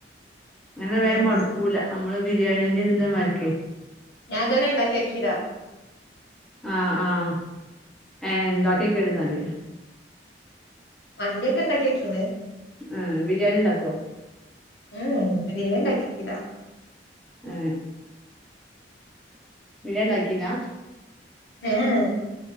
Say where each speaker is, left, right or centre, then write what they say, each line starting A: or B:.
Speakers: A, in the centre; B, on the left.
A: അകങ്ങനെ വേം
B: ഉം
A: മടു കൂല നമ്മള് ബിരിയാണീന്റെ ഇതിന്റെ മായിരിക്കേ
B: ഞാൻ ഇത് വരെ ഇണ്ടാക്ക്യോക്കീല
A: ആഹ് ആഹ് ഏഹ് ഉണ്ടാക്ക്യോക്ക് ഇന്നാൽ
B: മന്ത്യൊക്കെ ഇണ്ടാക്ക്യോക്കിണ്
A: ആഹ് ബിരിയാണി ഇണ്ടാക്കോ
B: ഉം ഉം ബിരിയാണി ഇണ്ടാക്കിക്കില്ലാ
A: ഉം ബിരിയാണ ഇണ്ടാക്കീല്ലാ
B: <inaudible>